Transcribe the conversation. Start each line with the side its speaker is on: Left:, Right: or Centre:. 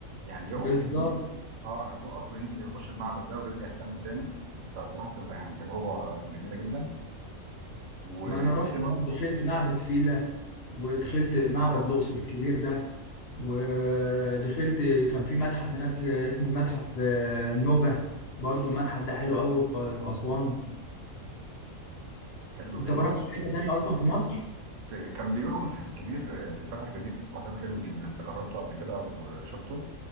Right: يعني يقف
Left: بالظبط
Right: في النيل اه يقف وينزل يخش المعبد ده ويرجع يكمل تاني فبصراحه بتبقى يعني تجربه جميله جدا وكان
Left: ما انا رحت
Right: في برضه
Left: هناك دخلت معبد فيلة ودخلت معبد
Right: اه
Left: الاقصر الكبير ده ودخلت كان في متحف هناك اسمه المتحف آه، النوبة برضو المتحف ده حلو قوي في في اسوان
Right: حلو
Left: انت
Right: جدا
Left: ما رحتش حته تانية اصلا في مصر
Right: في كان بيقولوا المتحف الكبير اللي فتح جديد في القاهره حلو جدا انت جربته قبل كده او شفته